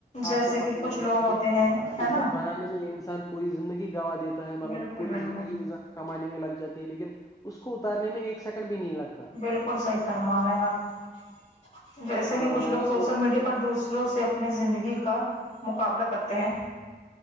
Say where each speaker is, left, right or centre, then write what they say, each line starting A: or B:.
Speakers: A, on the left; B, on the left.
A: جیسے
B: آپ کو
A: کہ
B: پت
A: کچھ
B: ہی ہوگا
A: لوگ
B: کہ
A: ہوتے ہیں ہے
B: عزت
A: نا
B: بنانے میں یہ انسان پوری زندگی گوا دیتا ہے مطلب
A: بالکل
B: پوری
A: بالکل
B: زندگی عزت کمانے میں لگ جاتی ہے لیکن اس کو اتارنے میں ایک سیکنڈ بھی نہیں لگتا
A: بالکل صحیح فرما رہے آپ جیسے
B: ہاں
A: کہ کچھ
B: یا
A: لوگ
B: اگر
A: سوشل میڈیا پر دوسروں سے اپنی زندگی کا مقابلہ کرتے ہیں